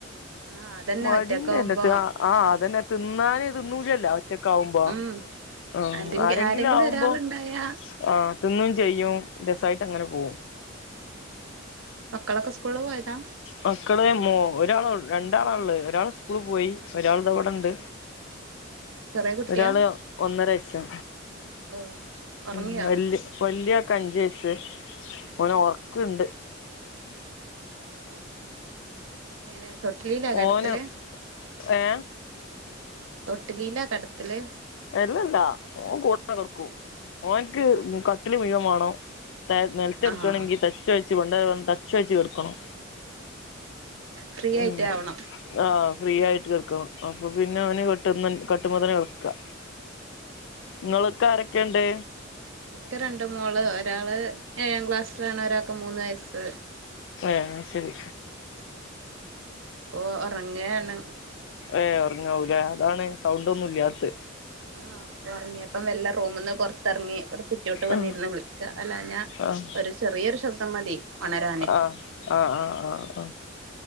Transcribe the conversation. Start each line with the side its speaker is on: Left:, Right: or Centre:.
Right: ആഹ് അതന്നെ
Left: മടിന്റെയല്ല
Right: ഒറ്റക്കാവുമ്പോ
Left: ആഹ് അതന്നെ തിന്നാന് തിന്നൂലല്ലോ ഒറ്റക്ക് ആവുമ്പോ
Right: ഉം
Left: ആഹ്
Right: അല്ലെങ്കി
Left: ആരെങ്കിലും ആവുമ്പോ
Right: ഒരാളുണ്ടായാ
Left: ആഹ് തിന്നുവം ചെയ്യും രസമായിട്ട് അങ്ങനെ പോവും
Right: ഉം മക്കളൊക്കെ സ്കൂളില് പോയതാ
Left: മക്കള് മോ ഒരാളൊ രണ്ടാളൊള്ള് ഒരാള് സ്കൂളി പോയി ഒരാൾ ദേ ഇവടൊണ്ട്
Right: ചെറിയ കുട്ടിയാ
Left: ഒരാള് ഒന്നരവയസാ
Right: ഓ ഉറങ്ങിയോ
Left: ഉം വല് വല്യ ആക്ക് അഞ്ച് വയസ് ഓന് ഒറക്കണ്ട്
Right: ഉം ഉം എങ്ങനെ തൊട്ടിലിലാ കെടത്തല്
Left: ഓന് ഏ
Right: തൊട്ടിലിലാ കെടത്തല്
Left: എല്ലല്ലാ ഓൻ കൂട കൊടക്കും ഓന്ക്ക് കട്ടില് മൂഴൻ വേണം ത നേലത്ത് കെടക്കാണെങ്കി
Right: ആഹ്
Left: തച്ച് തച്ച് <unintelligible> കെടക്കണം
Right: ഫ്രീ
Left: ഉം
Right: ആയിട്ട് ആവണം
Left: ആഹ് ഫ്രീ ആയിട്ട് കെടക്കണം അപ്പൊ പിന്നെ അവന് കട്ട്ന്ന കട്ടുമ്മ തന്നെ കെടക്കുക
Right: ഉം
Left: നിങ്ങളൊക്കെ ആരൊക്കെയുണ്ട്
Right: എനിക്ക് രണ്ടു മോള് ഒരാള് ഏഴാം ക്ലാസ്സിലാണ് ഒരാക്ക് മൂന്ന് വയസ്സ്
Left: ആഹ് ശരി
Right: ഓഹ് ഒറങ്ങാണ്
Left: ഏഹ് ഒറങ്ങാവൂലേ അതാണ് സൗണ്ട് ഒന്നും ഇല്യാത്ത്
Right: ആഹ് ഒറങ്ങിയപ്പം മെല്ലെ റൂമിന്ന് പൊറത്തെറങ്ങി ഇവടെ സിറ്റൗട്ട് വന്നിരുന്ന്
Left: ആഹ്
Right: വിളിക്കാ അല്ലാഞ്ഞാ
Left: ആഹ്
Right: ഒരു ചെറിയൊരു ശബ്ദം മതി ഉണരാന്
Left: ആഹ് ആഹ് ആഹ് ആഹ് ആഹ്